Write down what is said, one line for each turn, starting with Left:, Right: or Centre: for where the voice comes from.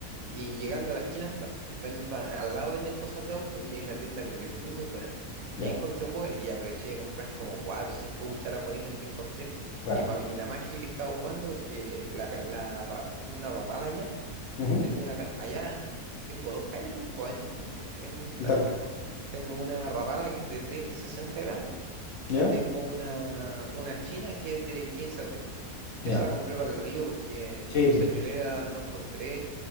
Right: y llegando a la esquina está. Venden, pa- al lado venden cosas de auto y hay una tienda, pero que es muy, muy buena. Y
Left: ya.
Right: ahí encontré un Boer y aproveché de comprar como cuatro o cinco cucharas bonitas que encontré,
Left: Bueno.
Right: que para mi gramaje que estaba ocupando, porque la, ca- la ra- tengo una rapala allá,
Left: Ujú,
Right: tengo una ca- allá, tengo dos cañas, ¿no? Pues en, en Talca.
Left: En Talca.
Right: Tengo una rapala que es de 30 60 gramos
Left: ¿Ya?
Right: y tengo una, una china que es de quince a treinta Que
Left: Ya.
Right: esa la compré para el río porque
Left: Sí,
Right: señuelera no encontré,